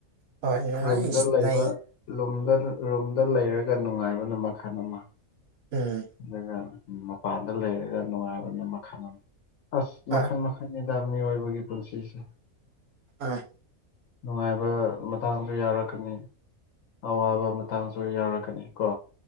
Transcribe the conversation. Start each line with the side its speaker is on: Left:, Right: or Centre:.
Right: ꯍꯣꯏ ꯅꯨꯡꯉꯥꯏ
Left: ꯔꯨꯝꯗ
Right: ꯁꯤꯅꯩ
Left: ꯂꯩꯕꯗ ꯔꯨꯝꯗ ꯔꯨꯝꯗ ꯂꯩꯔꯒ ꯅꯨꯡꯉꯥꯏꯕꯅ ꯃꯈꯜ ꯑꯃ
Right: ꯎꯝ
Left: ꯑꯗꯨꯒ ꯃꯄꯥꯟꯗ ꯂꯩꯔꯒ ꯅꯨꯡꯉꯥꯏꯕꯅ ꯃꯈꯜ ꯑꯃ ꯑꯁ
Right: ꯍꯣꯏ
Left: ꯃꯈꯜ ꯃꯈꯜ ꯅꯤꯗ ꯑꯣꯏꯕꯒꯤ ꯄꯨꯟꯁꯤꯁꯦ
Right: ꯑꯦꯢ
Left: ꯅꯨꯡꯉꯥꯏꯕ ꯃꯇꯥꯡꯁꯨ ꯌꯥꯎꯔꯛꯀꯅꯤ ꯑꯋꯥꯕ ꯃꯇꯥꯡꯁꯨ ꯌꯥꯎꯔꯛꯀꯅꯤ ꯀꯣ